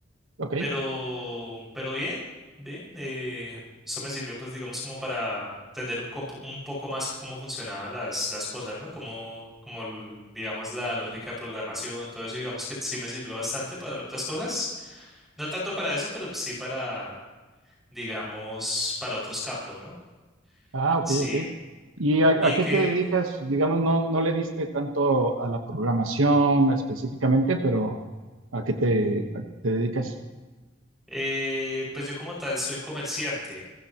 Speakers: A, on the right (about 85°); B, in the centre.
A: Ok,
B: Pero, pero bien, bien, eh, eso me sirvió pues digamos como para entender un, copo- un poco más cómo funcionaban las, las cosas, ¿no? Como, como l- digamos la lógica de programación, todo eso digamos que sí me sirvió bastante para otras cosas. No tanto para eso, pero pues, sí para, digamos, para otros campos, ¿no?
A: ah, ok,
B: Sí,
A: ok. ¿Y a,
B: y
A: a qué
B: que
A: te dedicas? Digamos, no, no le diste tanto a la programación específicamente, pero ¿a qué te, a qué te dedicas?
B: eh, pues yo como tal soy comerciante,